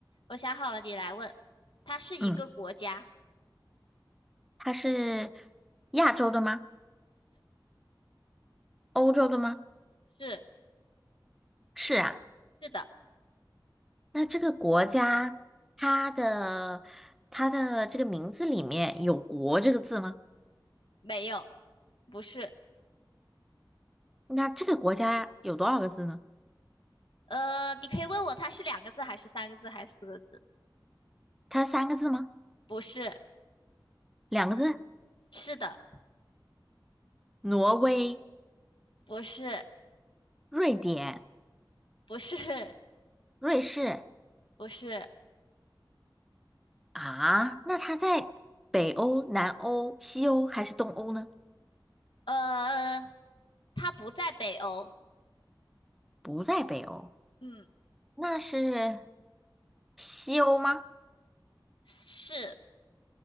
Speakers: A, on the left; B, in the centre.
A: 我想好了，你来问。它是一个国家，
B: 嗯，他是亚洲的吗？欧洲的吗？
A: 是
B: 是啊。
A: 是的，
B: 那这个国家，它的它的这个名字里面有“国”这个字吗？
A: 没有，不是。
B: 那这个国家有多少个字呢？
A: 呃，你可以问我它是两个字还是三个字还是四个字？
B: 它三个字吗？
A: 不是，
B: 两个字？
A: 是的，
B: 挪威、
A: 不是，
B: 瑞典、
A: 不是，
B: 瑞士
A: 不是，
B: 啊？那它在北欧、南欧、西欧还是东欧呢？
A: 呃，它不在北欧，
B: 不在北欧，
A: 嗯，
B: 那是西欧吗？
A: 是，